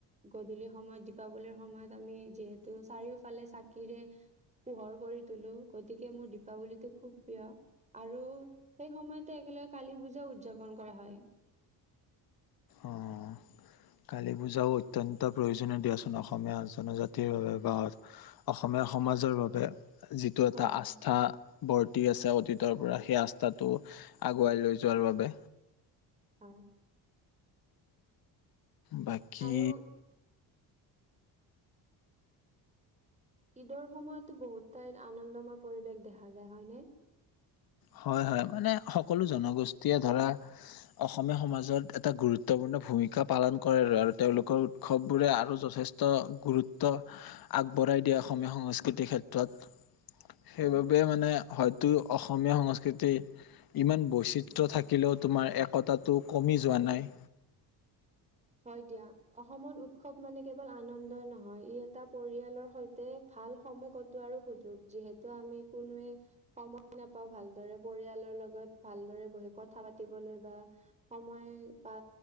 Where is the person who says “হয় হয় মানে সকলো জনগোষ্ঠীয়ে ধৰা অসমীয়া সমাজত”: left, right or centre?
Left